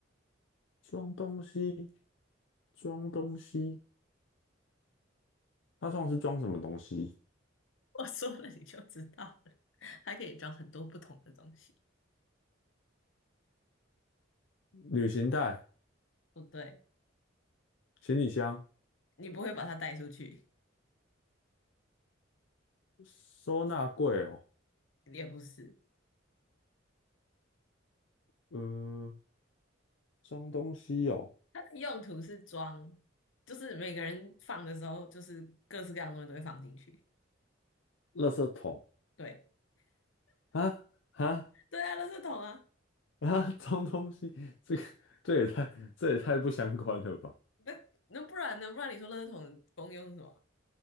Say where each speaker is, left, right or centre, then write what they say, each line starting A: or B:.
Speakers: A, on the left (about 70°); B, on the left (about 80°).
A: 装东西，装东西，它通常是装什么东西？
B: <laughs> 我说了你就知道了，它可以装很多不同的东西。
A: 旅行袋、
B: 不对，
A: 行李箱、
B: 你不会把它带出去，
A: 收纳柜哦，
B: 也不是。
A: 呃，装东西哦，
B: 它的用途是装，就是每个人放的时候，就是各式各样的东西都会放进去。
A: 垃圾桶
B: 对，
A: 啊啊
B: 对啊，垃圾桶啊，
A: 啊，装东西，这个这也太这也太不相关了吧？
B: 那那不然呢？不然你说垃圾桶的功用是什么？